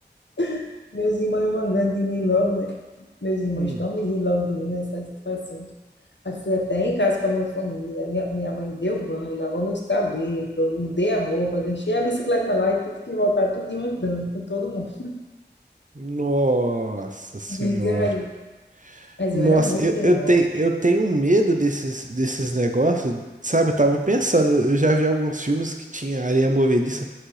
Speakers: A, on the left (about 80°); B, on the right (about 45°).
A: <laughs> Meus irmãos mangando de mim logo, né? Meus irmãos
B: Hum.
A: estão me rilando de mim nessas situações. Aí fui até em casa com a minha família. Minha, minha mãe deu banho, lavou meus cabelos, eu mudei a roupa, deixei a bicicleta lá e tive que voltar tudinho andando com todo mundo.
B: Nossa
A: <laughs>
B: senhora.
A: Diga aí. Mas
B: Nossa,
A: eu era muito
B: eu,
A: teimosa.
B: eu, tenho eu tenho um medo desses, desses negócios, sabe? Eu tava pensando, eu já vi alguns filmes que tinha areia movediça.